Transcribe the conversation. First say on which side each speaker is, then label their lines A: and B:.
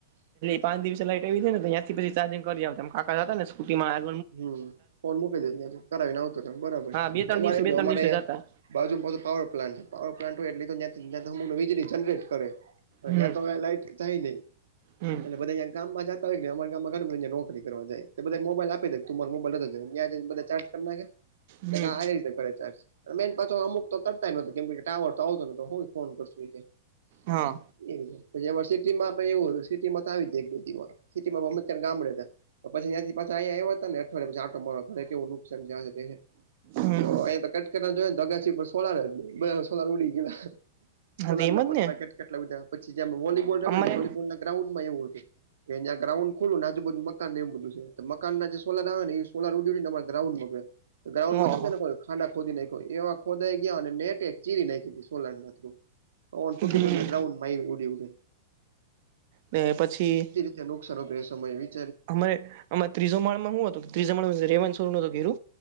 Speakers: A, on the right; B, on the right.
A: પાચ દિવસે લાઈટ આવી હતી ને ત્યાંથી પછ ચાર્જંગ જાવ ત કાકા હતા ને સ્કુટીમાં.
B: હમ ફોન મૂકી દે તં કરાવીને આવતો ત બરાબર
A: હા બે ત્રણ
B: અમારે
A: દિવસે
B: એવું
A: બે ત્રણ
B: અમારે
A: દિવસે જતા
B: બાજુ પાવર પ્લાન્ટ પાવર પ્લાન્ટ હોય એટલે ત વીજળી જનરેટ કરે ત્યાં
A: હમ
B: તો ક લાઈટ થાય નહી
A: હમ
B: અને બધા ગામ માં જતા હોય કે અરા ગામ ઘ બધીને નોકરી કરવા જાય તો બધા મોબાઈલ આપ <unintelligible> મોબાઈલ <unintelligible> ચાર્જ ના
A: હમ
B: રી ચાર્જ મેન પાછો અમુક તો કરતા નોતો કેમ ટાવર તો આવતો નતો હું ફોન કરશું એજે
A: હા
B: એ પછી સિટી માં એવું હતું સિટીમાં તો આવી એક સિટીમાંમે અત્યારે ગામડે હતા તો પછી અહીંયાથી પાછા અહીયા આયવા ને અઠવાડયા પછી આટો મારવા ઘરે કેવું નુકસાન છે
A: હમ
B: તો અ તો કટ કરને જોય ને દગા સી સોલાર જ સોલાર ઉડી ગલા
A: હા
B: સોલાર
A: તો એમ
B: ના
A: જ
B: પત્ર
A: ને
B: કેટ કેટલા ઉડ્યા પછી જે વલીબોલ ગમે
A: અમારે
B: ને વોલીબોલ ગ્રાઉન્ડમાં એવું હત કેં ગ્રાઉન્ડ ખોલું આજુધુ મકાન એવું બધું છે મકાન ના જે સોલર આવે ને સોલર ઉ ગ્રાઉન્ડમાં ગ્રઉન્ડમાં
A: ઓહ
B: કેમ ને કો. ખાડા ખોદી નાખ એવા ખોદાઈ ગયા અને નેટ એક ચીરી નાયખી સોલર ના થ્રુ પો <unintelligible>
A: હમ
B: ગ્રઉન્ડમાં ઉડી ઉડે.
A: ને પછી.
B: <unintelligible> બે સમય એવી
A: અમારે અમા ત્રીજો માળમાં હું હતો ત્રીજો માળ રેવાન સોર ન ગીરુ